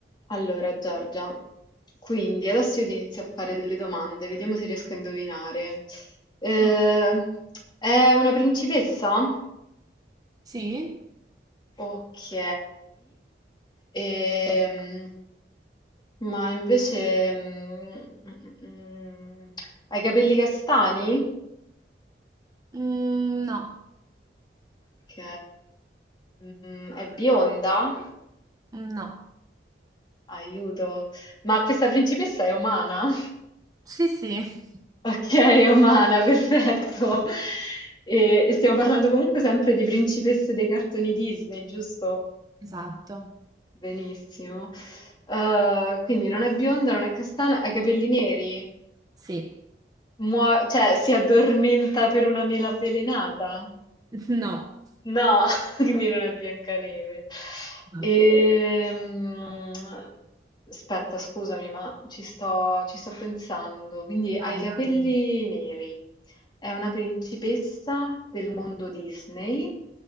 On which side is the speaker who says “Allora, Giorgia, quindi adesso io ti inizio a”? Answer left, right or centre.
Left